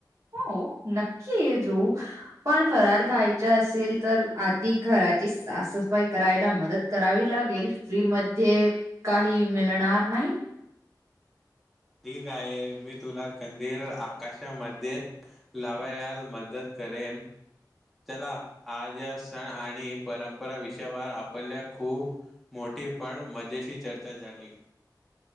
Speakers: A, on the right (about 50°); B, in the centre.
A: हो नक्कीी एक्रू पण फराल खायचा असेल तर आधी घराची साफसफाई करायला मदत करावी लागेल फ्री म काही मिळणार नाही
B: ठीक आहे मी तुला कंदेल आकाशामध्ये लावायाल मदत करेन. चला आज सण आणि परंपरा विषयावर आपल्या खूप मोठी पण मजेशी चर्चा झाली.